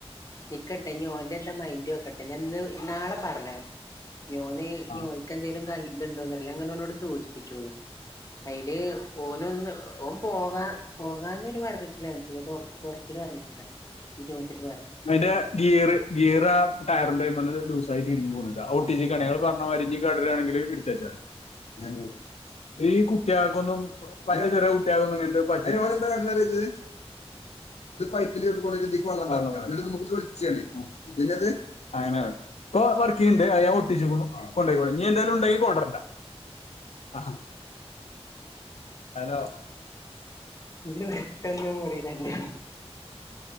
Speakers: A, on the left (about 30°); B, on the left (about 80°).
A: നിക്ക്ട്ടെ ഇനി ഓൻ്റെ എന്താ മൈൻ ഡോക്കട്ടെ ഞാൻ ഇന്ന് നാളെ പറഞ്ഞേരാ ഇഞോന് ഇഞോൻക്കെന്തേലും
B: ആ
A: കൽ ത്ണ്ടോന്നറീല ഞാങ്ങനോനോട് സൂചിപ്പിച്ചു അയില് ഓനൊന്ന് ഓൻ പോകാ പോകാന്നൊരു <unintelligible> പൊർ സിലു അറഞ്ഞിട്ടില്ല ഇനി ചോയ്ച്ചിട്ട് വറാം
B: അയിന്റെ ഗീർ ഗിയർ ആ ടയറിന്റെയ് മന്ന് ലൂസായി തിരിഞ്ഞു പോന്ന്ക്ക അ അ ഒട്ടിച്ച്ക്കാണേയ് അയാള് പറഞ്ഞ മാരി ഇഞ്ഞ് കേടേരാണെങ്കില് ഇട്ത്തെച്ചാളിം ഞാനേ ഈ കുട്ടികൾക്കൊന്നും പറ്റെ ചെറിയ കുട്ടികളൊന്നും ഇങ്ങൻത്തെ പറ്റൂ <inaudible> അയ്ന് ഓനെന്താ പർണ് അറ്യോ ഇജ് ഇത് പറ്റ് ഇപ്പൊ വർക്ക്യ്യ്ണ്ട് അത് ഞാൻ ഒട്ടിച്ചു ക്കുണു കൊണ്ടയ്ക്കോളും ഇഞ്ഞ് എന്തേലും ഇണ്ടെങ്കി കൊണ്ട്രണ്ട. അഹ ഹലോ
A: ഇതിന് വെട്ടൊന്ന് മുറി രണ്ട്